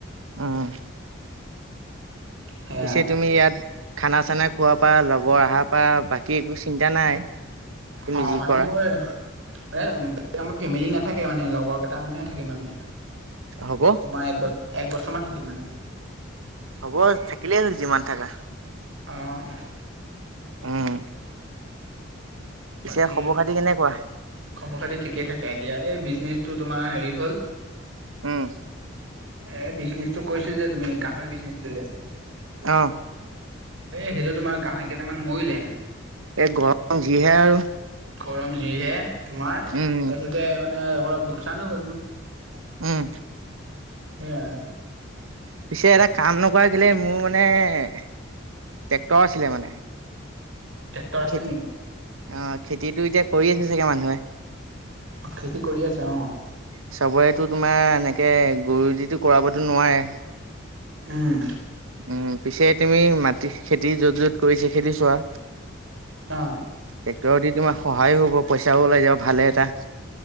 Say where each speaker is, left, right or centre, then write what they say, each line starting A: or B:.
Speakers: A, on the right (about 80°); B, on the right (about 70°).
A: উম।
B: সেয়া
A: পিছে তুমি ইয়াত খানা চানা খোৱাৰ পা লগৰ অহাৰ প বাকী একো চিন্তা নাই। তুমি
B: অ',
A: যি
B: মানে
A: কৰা
B: মোৰ এ আমাৰ ফেমিলি নাথাকে মানে লগৰ কেইটা মানে থাকিম আমি।
A: হ'ব।
B: তোমাৰ এক বছ একবছৰমান থাকিম মানে।
A: হ'ব থাকিলেই হ'ল যিমান থকা।
B: অঁ'।
A: উম। পিছে
B: বাকী
A: খবৰ খাতি কেনেকুৱা?
B: খবৰ খাতি ঠিকে থাকে এ দিয়া এই বিজনেচটো তোমাৰ হেৰি হ'ল।
A: উম।
B: এই বিজনেচটো কৈছিল যে তুমি গাহৰি বিজনেচটো যে
A: অ'।
B: এই সেইটো তোমাৰ গাহৰি কেইটামান মৰিলে।
A: এ <unintelligible> যিহে আৰু।
B: গৰম যিহে তোমাৰ
A: উম।
B: তাৰপিছতে মানে অলপ লোকচানো হ'ল মোৰ।
A: উম।
B: সেয়াই।
A: পিছে এটা কাম নকৰাক কেলে মোৰ মানে ট্ৰেক্টৰ আছিলে মানে।।
B: ট্ৰেক্টৰ
A: খেতি
B: আছিলি নেকি?
A: অ', খেতিটো এতিয়া কৰি আছে চাগে মানুহে?
B: অ', খেতি কৰি আছে অ'।
A: চবৰেতো তোমাৰ এনেকে গৰু দিতো কৰাবতো নোৱাৰে।
B: উম।
A: উম, পিছে তুমি মাটি খেতি য'ত য'ত কৰিছা খেতি চোৱা।
B: অ'।
A: টেক্টৰত দি তোমাৰ সহায়ো হ'ব পইচাও ওলাই যাব ভালে এটা।